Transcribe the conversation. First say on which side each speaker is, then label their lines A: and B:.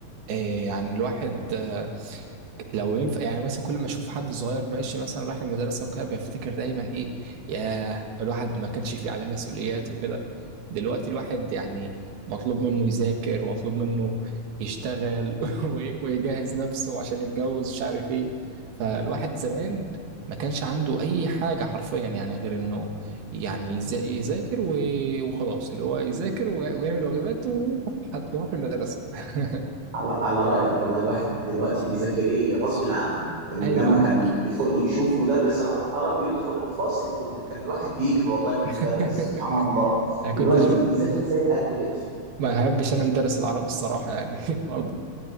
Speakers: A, on the right (about 85°); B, on the right (about 40°).
A: إيه يعني الواحد آه، لو ينفع يعني مثلا كل ما اشوف حد صغير ماشي مثلا رايح المدرسه وكده بفتكر دايما ايه يا الواحد ما كانش فيه عليه مسؤوليات وكده دلوقتي الواحد يعني مطلوب منه يذاكر ومطلوب منه يشتغل <laughs> وي- ويجهز نفسه عشان يتجوز مش عارف ايه فالواحد زمان ما كانش عنده اي حاجه حرفيا يعني غير انه يعني يذا- يذاكر و- وخلاص اللي هو يذاكر وي- ويعمل واجباته ويروح ويروح المدرسه <laughs>
B: على, على رأيك والله الواحد دلوقتي بيذاكر ايه غصب عنه انما
A: ايوه
B: كان يخ- يشوف مدرس العربي يدخل الفصل كن... كان الواحد بيجري والله من
A: <laughs>
B: المدرس سبحان الله
A: انا كنتش
B: دلوقتي بيذاكر زي الألف
A: ما بحبش انا ندرس العربي الصراحه يعني <laughs> برضه